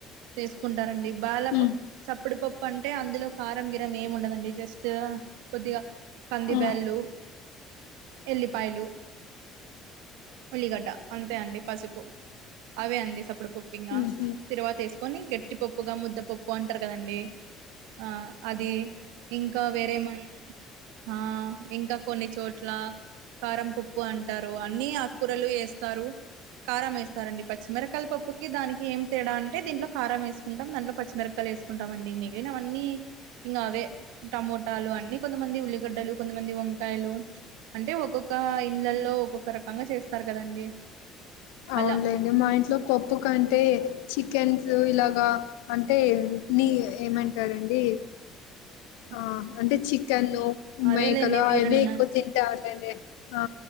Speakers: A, on the right; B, on the left.
A: చేసుకుంటారండి బాల
B: ఉమ్
A: సప్పుడిపప్పు అంటే అందులో కారం గిరం ఏమి ఉండదం తా కొద్దిగా కంది
B: ఉమ్
A: బ్యాలు ఎల్లిపాయలు ఉల్లిగడ్డ అంతే అండి పసుపు అవే అండి సప్పుడు పప్పు
B: అవునులేండి
A: ఇంగ తిరువాత వేసుకొని గట్టిపప్పుగా ముద్దపప్ పాంటారు కదండి ఆ అది ఇంగ వేరే మన్ ఆ ఇంకా కొన్ని చోట్ల కారం పప్ ప్పు అంటారు అన్ని అకురలు వేస్తారు కారం వేస్తారండి పచ్చిమిర్ <unintelligible> పప్పుకి దానికి ఏం తేడా అంట దీంట్లో కారం వేసుకుంటాం దాంలో పచ్చిమిరకాయలు వేసుంటాం అండి మిగిలిన అవన్నీ ఇంగ అవే టమోటాలు అన్ని కొంతమంది ఉల్లిగడ్డలు కొంతమంది వంకాయలు అంటే ఒక్కొక్క ఇండ్లలలో ఒక్కొక్క రకంగా చేస్తారు కదండి
B: అవునులేండి
A: అలా
B: మా ఇంట్లో పప్పు కంటే చికెన్స్ ఇలాగా అంటే నీ ఏమంటారండి
A: <inaudible>
B: ఆ అంటే చికెన్ను,
A: అదేలేండి
B: మేకలు అవే
A: మీరున్న
B: ఎక్కువ తింటార్లేండి. ఆ